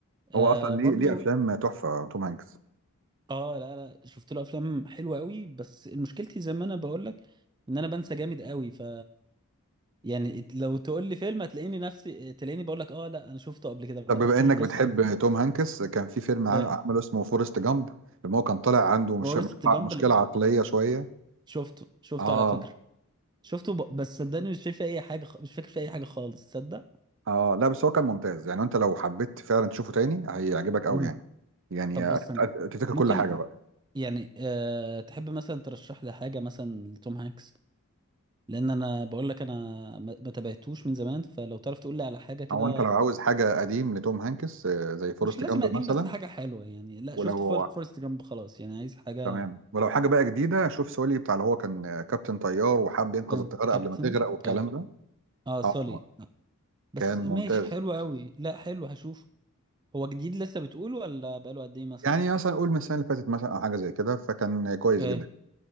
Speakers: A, on the right; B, on the right.
A: هو
B: آه
A: أصلا
B: برضو
A: ليه ليه أفلام تحفة توم هانكس
B: اه لا لا شفت له افلام حلوه قوي بس مشكلتي زي ما انا بقول لك ان انا بنسى جامد قوي ف يعني لو تقول لي فيلم هتلاقيني نفسي تلاقيني بقول لك اه لا انا شفته قبل كده لما
A: طب بما
B: تحكي
A: إنك
B: لي القصه
A: بتحب
B: مش
A: توم هانكس كان في فيلم عن-
B: فاهم.
A: عمله اسمه فورست جامب لما هو كان طالع عنده مش
B: فورست
A: مشكلة
B: جامب
A: مشكلة عقلية شوية
B: شفته شفته
A: اه
B: على فكره شفته ب... بس صدقني مش شايف اي حاجه خ- مش فاكر في اي حاجه خالص تصدق
A: اه لا بس هو كان ممتاز يعني انت لو حبيت فعلا تشوفه تاني هيعجبك قوي
B: مهم.
A: يعني يعني
B: طب
A: هتت-
B: بص انا
A: هتفتكر
B: ممكن
A: كل حاجه بقى
B: يعني أه... تحب مثلا ترشح لي حاجه مثلا لتوم هانكس لان انا بقول لك انا ما ما تابعتوش من زمان فلو تعرف تقول لي على حاجه كده
A: او انت لو عاوز حاجه قديم لتوم هانكس آه، زي فورست
B: مش لازم
A: جامب
B: قديم
A: مثلا
B: بس حاجة حلوة يعني لا
A: ولو
B: شفت فور... فورست جامب خلاص يعني عايز حاجة
A: تمام ولو حاجه بقى جديده شوف سولي بتاع اللي هو كان آه، كابتن طيار وحب ينقذ
B: كان
A: الطياره
B: كابتن
A: قبل ما تغرق والكلام
B: طيب
A: ده
B: اه سوري
A: اه
B: آه. بس
A: كان
B: ماشي
A: ممتاز
B: حلو قوي لا حلو هشوف هو جديد لسه بتقول ولا بقاله قد ايه مثلا
A: يعني مثلا قول من السنه اللي فاتت مثلا او حاجه زي كده فكان كويس
B: فاهم
A: جدا